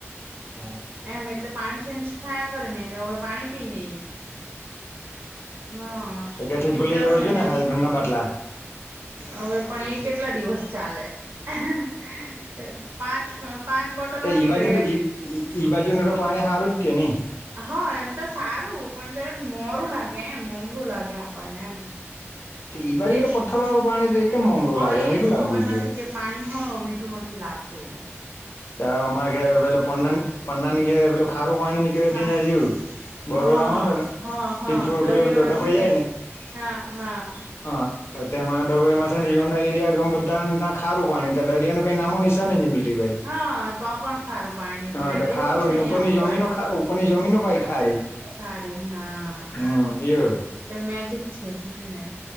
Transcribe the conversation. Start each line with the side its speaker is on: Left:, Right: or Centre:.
Left: હા
Right: એમ એટલે પાણી ચેન્જ થાયા કરે નનેને હવે પાણી પી નહ હા
Left: ત્યાંથી ભૂલી
Right: એટલે
Left: જવું
Right: હશેને
Left: છે ને ઘરના બાટલા
Right: હવે પણ એ કેટલા દિવસ ચાલે હ હ પાંચ પાંચ બોટલ
Left: તો
Right: હટી
Left: ઈ બાજુ
Right: લ
Left: તો ઈ ઈ ઈ બાજુનું તો પાણી હારું જ કે નહી
Right: હા એમ તો સારું પણ દરેક મોરું લાગે એમ <unintelligible>
Left: તો ઈ
Right: ટેસ્ટ
Left: બાજુ તો પથ્થર વાળું પાણી તો કેમ મમરું
Right: હા
Left: લાગે
Right: એજ
Left: મીઠું
Right: ખબર
Left: લાગવું જોઈએ
Right: નથી કે પાણી. હા મીઠું નથી લાગતો.
Left: <unintelligible> ની ઘેરે પેલું ખારું પાણી નીકળે
Right: હા
Left: <unintelligible> બરોડામાં
Right: હા
Left: પેલા
Right: હં હં
Left: સિદ્ધપુર
Right: ડરયો
Left: પેલું ડબાઈ
Right: નથી ને.
Left: જાય
Right: હા હા.
Left: હા તેમાં ડબોઈમાં છે, ને યોના એરિયા ગમ બધા ત ખારું પાણી દરિયાનું કઈ નામો નિશાન <unintelligible>
Right: હા તો પણ ખારું પાણી નીકળે
Left: હા તો
Right: તેવું
Left: ખારું
Right: છે, અહિયાયા
Left: ને ઉપરની
Right: ઉપર.
Left: જમીનો ઉપરની જમીનો
Right: <unintelligible>
Left: પાઈ ખારી
Right: હા
Left: હમ એવું
Right: તો મેજિક છે, હે ને.